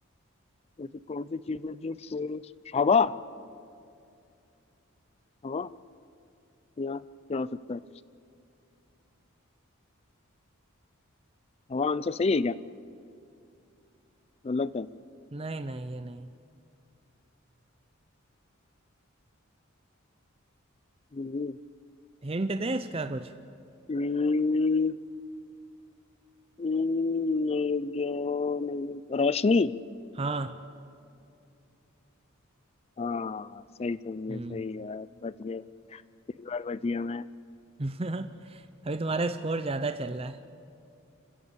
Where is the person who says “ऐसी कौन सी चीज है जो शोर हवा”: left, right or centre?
Left